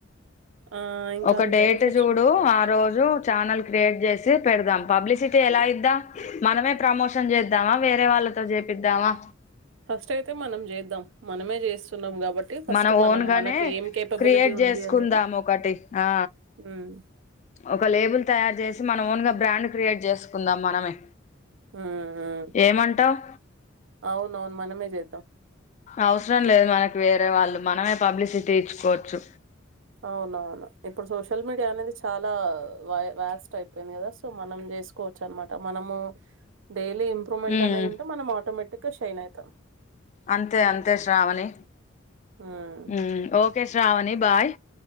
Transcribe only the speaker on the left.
ఒక
డేట్
చూడు ఆ రోజు ఛానల్ క్రియేట్ చేసి పెడదాం. పబ్లిసి తే ఎలా ఇద్దాం మనమే ప్రమోషన్ చేద్దామా, వేరే వాళ్ళతో చేపిద్దామా.
మనం ఓన్గానే
క్రియేట్ చేసుకుందాం,
ఒకటి ఆ
ఒక లేబుల్ తయార్ చేస్. మన ఓన్ గా బ్రాండ్ క్రియేట్ చేసుకుందాం మనమే.
ఏమంటావ్
అవసరం లేదు మనకి వేరే వాళ్ళు మనమే పబ్లిసిటీ ఇచ్చుకోవచ్చు.
ఉమ్
అంతే అంతే శ్రావణి
హు ఓకే శ్రావణి బాయ్,